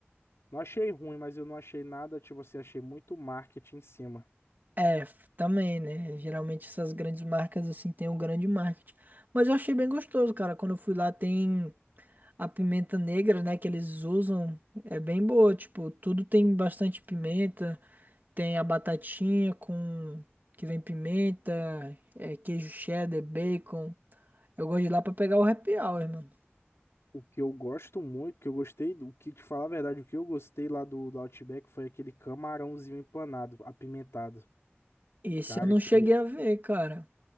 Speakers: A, on the left; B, on the right.
A: Não achei ruim, mas eu não achei nada, tipo assim, achei muito marketing em cima.
B: É, f- também, né? Geralmente essas grandes marcas, assim, têm um grande marketing. Mas eu achei bem gostoso, cara. Quando eu fui lá, tem a pimenta negra, né? Que eles usam. É bem boa, tipo, tudo tem bastante pimenta. Tem a batatinha com... Que vem pimenta, é, queijo cheddar, bacon. Eu gosto de ir lá pra pegar o happy hour, mano.
A: O que eu gosto muito, que eu gostei, do o que te falar a verdade, o que eu gostei lá do, do Outback foi aquele camarãozinho empanado, apimentado.
B: Esse
A: Cara,
B: eu não
A: aquilo
B: cheguei
A: ali-
B: a ver, cara.